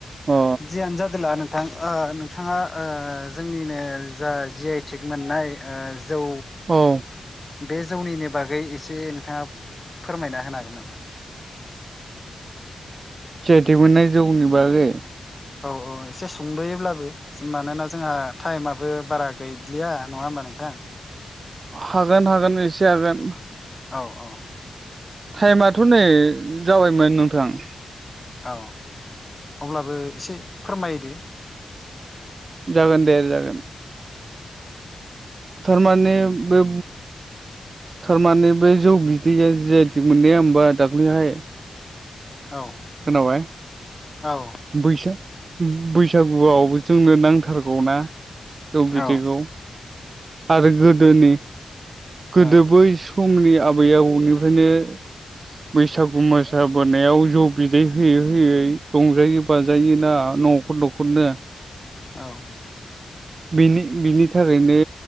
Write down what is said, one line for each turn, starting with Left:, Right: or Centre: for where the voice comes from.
Right: अ
Left: जियानो जादोला नों ओ नोंथाङा ओ जोंनिनो जा जीआइटिक मोननाय ओ जौ
Right: औ
Left: बे जौनिनो बागै एसे नोंथाङा फोरमायना होनो हागोन नामा?
Right: जीआइटेग मोननाय जौनि बागै
Left: औ औ एसे सुंद'योब्लाबो मानोना जोंहा टाइमाबो बारा गैलिया नङा होमबा नोंथां?
Right: हागोन हागोन एसे हागोन।
Left: औ औ
Right: टाइमाथ' नै जाबायमोन नोंथां
Left: औ अब्लाबो एसे फोरमायदो।
Right: जागोन दे जागोन। थारमानि बे थारमाने बे जौ बिदैया जीआइटेग मोननाया होमबा दाख्लैहाय
Left: औ
Right: खोनाबाय?
Left: औ।
Right: बैसा बैसागुआवबो जोंनो नांथारगौनाा जौ
Left: औ
Right: बिदखौ। आरो गोदोनि गोदो
Left: औ
Right: बै समनि आबै आबौनिफ्रायनो बैसागु मोसाबोनायाव ज' बिदै होयै होयै रंजायो बाजायोना न'खर न'खरनो
Left: औ
Right: बिनि बिनि थाखायनो